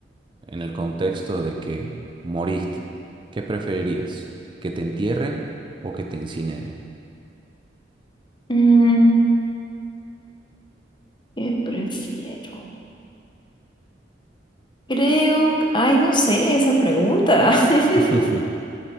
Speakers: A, on the right; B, on the left.
A: en el contexto de que moriste. ¿Qué preferirías? ¿Que te entierren o que te incineren?
B: Mm, ¿qué prefiero? Creo, ay, no sé esa pregunta. <laughs>
A: <laughs>